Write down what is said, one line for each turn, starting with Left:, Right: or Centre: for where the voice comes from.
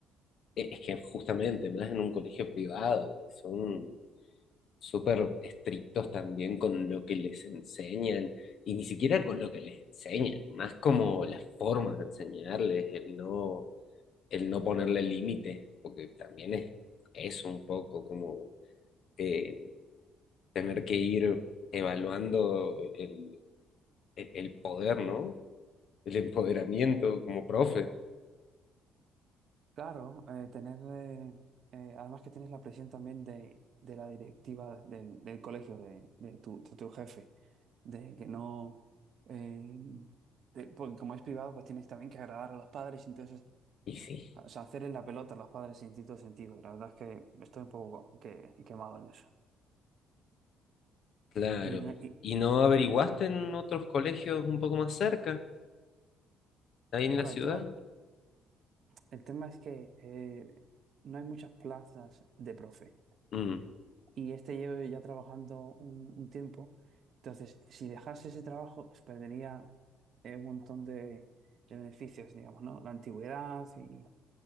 Left: e- Es que justamente, más en un colegio privado, son. súper estrictos también con lo que les enseñan, y ni siquiera con lo que les enseñan, más como las formas de enseñarles, el no, el no ponerle límites, porque también es, es un poco como eh, tener que ir evaluando el, el, el poder, ¿no? El empoderamiento como profe.
Right: Claro, eh, tener, eh, eh, además que tienes la presión también de, de la directiva del, del colegio, de, de tu, de tu jefe, de que no, eh, de- porque como es privado, pues tienes también que agradar a los padres, entonces,
Left: Y sí,
Right: o sea, hacerle la pelota a los padres en cierto sentido. La verdad es que estoy un poco que, quemado en eso.
Left: claro.
Right: Y, y,
Left: ¿Y no averiguaste en otros colegios un poco más cerca, ahí en
Right: claro,
Left: la ciudad?
Right: el tema, el tema es que eh, no hay muchas plazas de profe.
Left: Mm,
Right: y este lleve ya trabajando un, un tiempo. Entonces, si dejase ese trabajo, pues, perdería eh, un montón de, de beneficios, digamos, ¿no? La antigüedad y,